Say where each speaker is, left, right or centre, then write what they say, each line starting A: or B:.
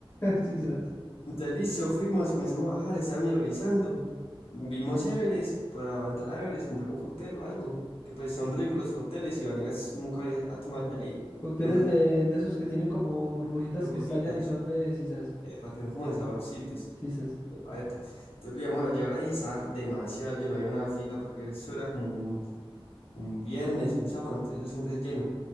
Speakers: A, on the left; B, on the left.
A: Sisas.
B: Entonces, listo, fuimos, comenzamos a bajar, estaba medio brisando. Vimos Everest, para entrar a Everest, comprar un cóctel o algo, que pues son ricos los cócteles y Vanegas nunca había ha tomado el de ahí.
A: Cócteles
B: Son ricas
A: de, de esos que tienen como burbujitas
B: burbujitas,
A: que estallan y son de sisas.
B: epa, que son como de saborcitos.
A: Sisas.
B: Epa, epa. Entonces lo íbamos a llevar ahí, estaba demasiado lleno, había una fila porque eso era como un, un viernes, un sábado, entonces eso siempre es lleno.